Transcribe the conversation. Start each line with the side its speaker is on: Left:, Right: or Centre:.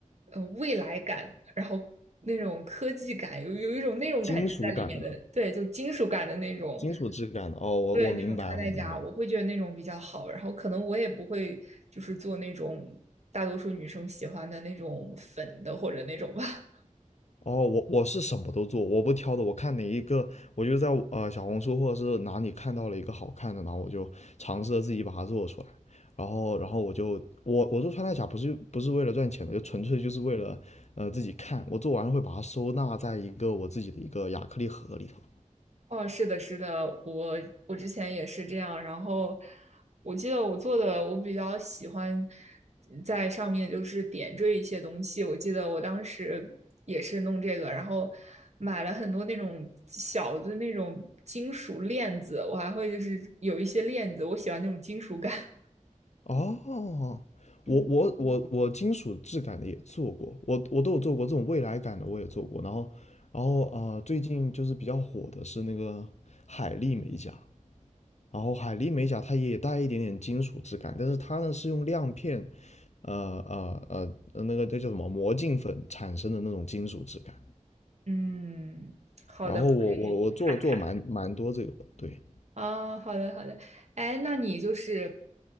Right: 呃未来感，然后那种科技感，有有一种那种感觉在里面的，
Left: 金属感的，
Right: 对，就金属感的那种。
Left: 金属质感的，哦，我我明白，
Right: 对，那种穿戴甲，
Left: 我明白，
Right: 我会觉得那种比较好。然后可能我也不会就是做那种大多数女生喜欢的那种粉的或者那种吧。
Left: 哦，我我是什么都做，我不挑的。我看哪一个，我就在呃小红书或者是哪里看到了一个好看的，然后我就尝试着自己把它做出来。然后，然后我就我我做穿戴甲不是不是为了赚钱的，就纯粹就是为了呃自己看。我做完了会把它收纳在一个我自己的一个亚克力盒里头。
Right: 哦，是的，是的，我我之前也是这样。然后我记得我做的，我比较喜欢在上面就是点缀一些东西。我记得我当时也是弄这个，然后买了很多那种小的那种金属链子，我还会就是有一些链子，我喜欢那种金属感。<laughs>
Left: 哦，
Right: 嗯。
Left: 我我我我金属质感的也做过，我我都有做过这种未来感的我也做过。然后，然后呃最近就是比较火的是那个海丽美甲。然后海莉美甲它也带一点点金属质感，但是它呢是用亮片，呃呃呃呃那个这叫什么魔镜粉产生的那种金属质感。
Right: 嗯，好的，
Left: 然后我我我做做蛮蛮多这个，
Right: 我看看
Left: 对，
Right: 啊，好的，好的。哎，那你就是